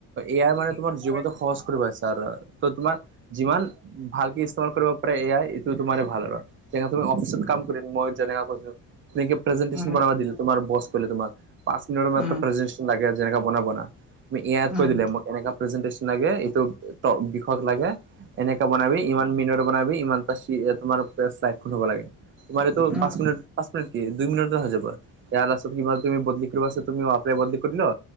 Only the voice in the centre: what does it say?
উম
উম
উম
উম
উম
উম